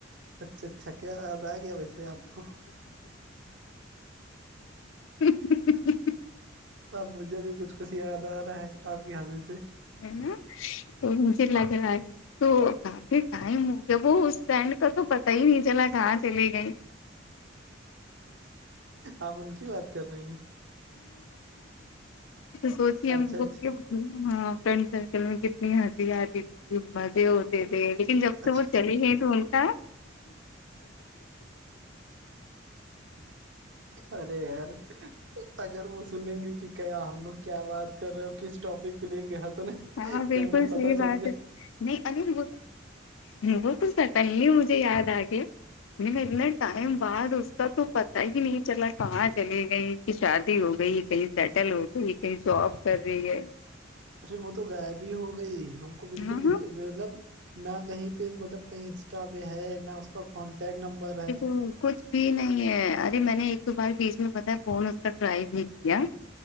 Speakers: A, on the right; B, on the left.
A: اچھا اچھا کیا یاد آ گیا ویسے آپ کو
B: <inaudible>
A: تو اب مجھے بھی کچھ کچھ یاد آ رہا ہے آپ کی عادتیں
B: ہے نا تو مجھے لگ رہا ہے تو کافی ٹائم ہو گیا وہ اس سٹینڈ کا تو پتا ہی نہیں چلا کہاں چلے گئی
A: آپ ان کی بات کر رہی
B: سوچیے ہم
A: اچھا
B: کو
A: اچھا
B: ہاں فرینڈ سرکل میں کتنی ہنسی آتی تھی بس تے ہوتے تھے لیکن جب سے
A: اچھا
B: وہ چلی گئی تو ان کا
A: ارے یار اگر وہ سنیں گے کی کیا ہم لوگ کیا بات کر رہے ہو کس ٹاپک کو لے کے ہس رہے
B: ہاں بالکل
A: کہیں انہیں پتہ
B: صحیح
A: چل
B: بات
A: جائے
B: ہے نہیں انیل وہ وہ تو سٹن لی مجھے یاد آگیا نہیں اتنا ٹائم بعد اس کا تو پتا ہی نہیں چلا کہاں چلی گئی کی شادی ہو گئی کہیں سیٹل ہو گئی کہیں جاب کر رہی ہے
A: ارے وہ تو غائب ہی ہو گئی ہم کو بالکل
B: ہاں
A: دکے مطلب نا کہیں پے مطلب کہیں انسٹا پے ہے نا اس کا کانٹیکٹ نمبر ہے
B: ہمم کچھ دی نہیں ہے ارے میں نے ایک تو بار بیچ میں بتا ہے فون اس کا ٹرائی بھی کیا